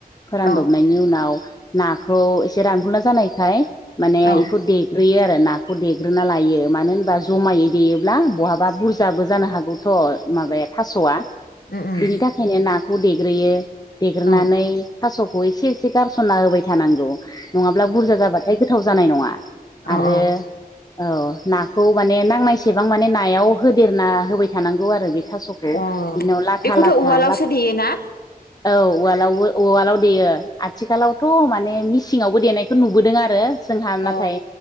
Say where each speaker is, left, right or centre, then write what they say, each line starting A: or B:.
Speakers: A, on the left; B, on the left.
A: फोरानद'बना
B: औ
A: याव नाखौ एसे रानफुनला जानायखाय माने
B: औ अ
A: इखौ दे ग्रोयो आरो नाखौ देग्रोना लायो मानो होनबा जमायै देयोब्ला बहाबा बुरजाबो जानो हागौ थ' माबाया थास'आ
B: उम उम
A: बिनि थाखायनो ना खौ देग्रोयो देग्रोनानै
B: औ
A: थास' खौ एसे एसे गारस'ना होबाय थानांगौ नङाब्ला बुरजा जाबाथाय गोथाव जानाय नङा
B: अ औ
A: आरो
B: औ
A: औ नाखौ माने नांनायसेबां माने नायाव होदेरना होबाय थानांगौ आरो बे थास'खौ बिनाव
B: अ
A: लाथा
B: बेखौथ'
A: लाथा
B: उवालावसो
A: लाथा
B: देयो ना?
A: औ उवालाव उवालाव देयो आथिखालावथ' माने मिसिंआवबो देनायखौ नुबोदों आरो जोंहा
B: अ
A: नाथाय